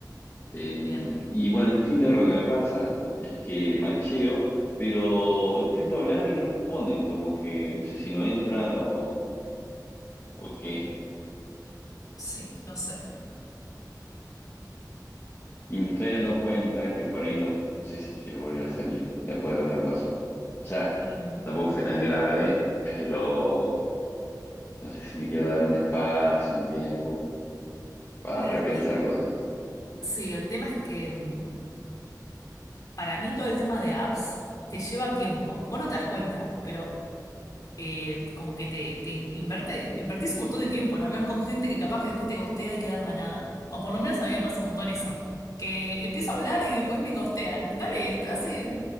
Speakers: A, on the left (about 35°); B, on the left (about 55°).
A: Eh,
B: bien.
A: y bueno, en Tinder lo que me pasa es que macheo, pero intento hablar y no responden, como que no sé si no entran o, o qué.
B: Sí, no sé.
A: Y me estoy dando cuenta que por ahí no, no sé si quiero volver a salir después de lo que me pasó. O sea,
B: Em,
A: tampoco fue tan grave, pero no sé si me quiero dar un espacio, un tiempo para
B: el
A: repensar
B: tim-
A: cosas.
B: sí, el tema es que em, para mí todo el tema de apps te lleva tiempo. Vos no te das cuenta, pero eh, como que te, te inverte- invertís un montón de tiempo en hablar con gente que capaz que después te gostea y queda en la nada. O por lo menos a mí me pasa un montón eso. Que empiezo a hablar y después me gostean. Dale, hace